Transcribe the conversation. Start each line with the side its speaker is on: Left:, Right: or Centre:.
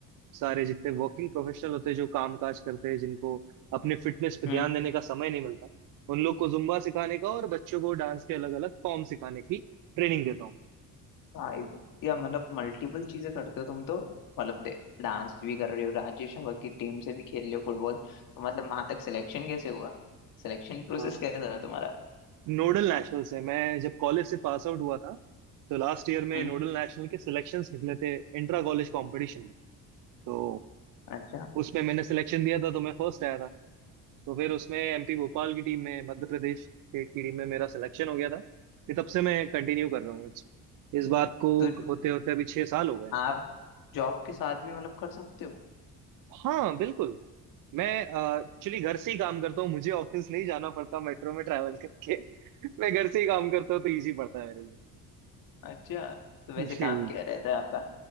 Right: सारे जितने वर्किंग प्रोफेशनल होते हैं जो काम काज करते हैं जिनको अपने फिटनेस पे ध्यान
Left: हम्म
Right: देने का समय नहीं मिलता उन लोग को जुम्बा सिखाने का और बच्चों को डांस के अलग अलग फॉर्म सिखाने की ट्रेनिंग देता हूँ
Left: भाई या मतलब मल्टीपल चीजें करते हो तुम तो मतलब दे डांस भी कर रहे हो राजेश हवा की टीम से भी खेल रहे हो फुटबॉल तो मतलब वहां तक सिलेक्शन कैसे हुआ सिलेक्शन प्रोसेस
Right: Uh,
Left: कैसा था तुम्हारा
Right: नोडल नेशनल से मैं जब कॉलेज से पास आउट हुआ था तो लास्ट ईयर में
Left: हम्म
Right: नोडल नेशनल के सिलेक्शंस निकले थे इंट्रा कॉलेज कंपटीशन में तो
Left: अच्छा
Right: उसमें मैंने सिलेक्शन दिया था तो मैं फर्स्ट आया था तो फिर उसमें एमपी भोपाल की टीम में मध्य प्रदेश स्टेट की टीम में मेरा सिलेक्शन हो गया था फिर तब से मैं कंटिन्यू कर रहा हूँ इस इस बात को
Left: तो
Right: होते होते अभी छह साल हो गए
Left: आप जॉब के साथ भी मतलब कर सकते हो
Right: हाँ बिल्कुल मैं एक्चुअली घर से ही काम करता हूँ मुझे ऑफिस नहीं जाना पड़ता मेट्रो में ट्रैवल करके <laughs> मैं घर से ही काम करता हूँ तो इजी पड़ता है मेरे
Left: अच्छा तो वैसे
Right: लिए
Left: काम
Right: <laughs>
Left: क्या रहता है आपका